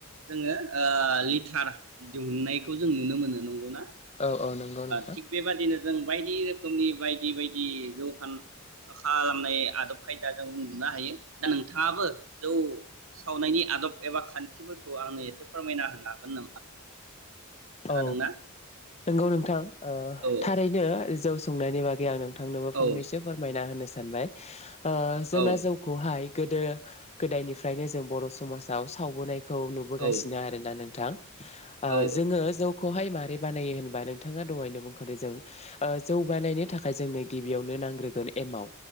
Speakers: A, on the right; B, on the left.
A: जोङो ओ लिटार दिहुननायखौ जों नुनो मोनो नंगौना ओ
B: औ औ नंगौ नोंथां
A: थिग बेबादिनो जों बायदि रोखो रोखोमनि बायदि बायदि जखा खालामनाय आदब खायदा जों नुनो हायो दा नोंथाङाबो जौ सावनायनि आदब एबा खान्थिफोरखौ आंनो एसे फोरमायना होनो हागोन नामा खोनादोंना
B: औ नंगौ नोंथां ओ
A: औ
B: थारैनो जौ संनायनि बागै आं नों थांनोबो फंनैसो
A: औ
B: फोरमायना होनोसै सानबाय ओ जोंना
A: औ
B: जौखौहाय गोदो गोदायनिफ्रायनो जों बर' समाजाव सावबोनाय खौ नुबोगासिनो
A: औ
B: आरोना नोंथां ओ
A: औ
B: जोङो बेहाय माबोरै बानायो होनबा नोंथाङा दहायनो बुंखादों जों ओ जौ बानायनो थाखाय जोंनो गिबियावनो नांग्रोगोन एमाव